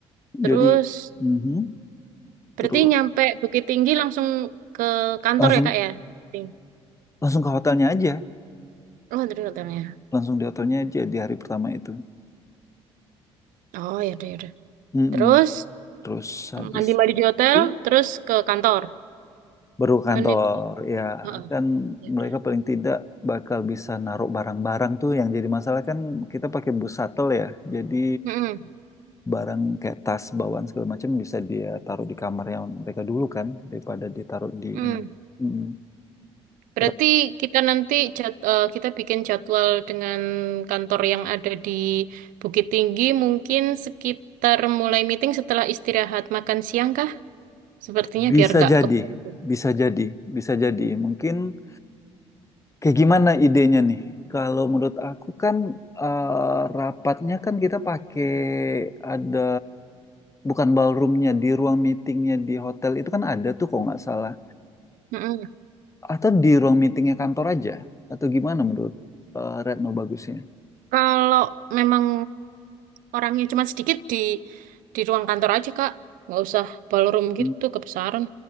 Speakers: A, on the right (about 65°); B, on the left (about 20°).
A: Terus
B: Jadi mhm. terus
A: berarti nyampe Bukit Tinggi langsung ke kantor
B: langsung
A: ya Kak ya? Ting-
B: langsung ke hotelnya aja
A: Oh, dari hotelnya.
B: langsung di hotelnya aja di hari pertama itu
A: Oh, ya udah
B: Mm-mm.
A: Terus
B: terus habis
A: mandi-mandi di hotel,
B: itu
A: terus ke kantor.
B: baru ke kantor
A: Kan itu.
B: ya
A: Heeh,
B: kan
A: ya udah.
B: mereka paling tidak bakal bisa naruh barang-barang tuh yang jadi masalah kan kita pakai bus shuttle ya jadi
A: Mm-mm,
B: barang kayak tas bawaan segala macam bisa dia taruh di kamarnya mereka dulu kan daripada ditaruh di
A: mm.
B: ini Mm-mm.
A: Berarti
B: Kurang-
A: kita nanti jad- eh, kita bikin jadwal dengan kantor yang ada di Bukit Tinggi mungkin sekitar mulai meeting setelah istirahat makan siang kah? Sepertinya
B: bisa
A: biar nggak
B: jadi
A: keburu.
B: bisa jadi bisa jadi mungkin Kayak gimana idenya nih? Kalau menurut aku kan eh, rapatnya kan kita pakai ada bukan ballroomnya di ruang meetingnya di hotel itu kan ada tuh kalau nggak salah.
A: Mm-mm.
B: Atau di ruang meetingnya kantor aja? Atau gimana menurut eh, Retno bagusnya?
A: Kalau memang orangnya cuma sedikit di di ruang kantor aja, Kak. Nggak usah ballroom
B: Hmm.
A: gitu kebesaran.